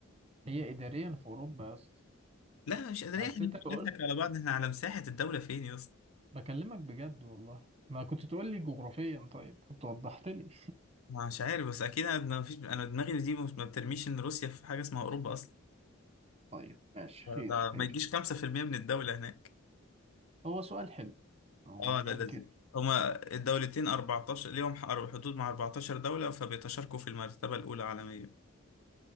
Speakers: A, on the right; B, on the left.
A: هي اداريا في اوروبا يا اسطى
B: لا مش قادرين
A: بس
B: احنا
A: انت
B: مش
A: لو
B: نضحك
A: قلت
B: على بعض احنا على مساحة الدولة فين يا
A: بكلمك بجد والله ما كنت تقول لي جغرافيا طيب كنت وضحت لي
B: مش عارف بس اكيد انا ما فيش انا دماغي دي مش- ما بترميش ان روسيا في حاجه اسمها اوروبا اصلا
A: <laughs> طيب ماشي خير
B: ده
A: خير
B: ما يجيش
A: خير
B: 5% من الدوله هناك
A: <laughs> هو سؤال حلو آه،
B: اه
A: ما
B: لا لذيذ
A: انكر
B: هما الدولتين 14 ليهم حق- حدود مع 14 دوله فبيتشاركوا في المرتبه الاولى عالميا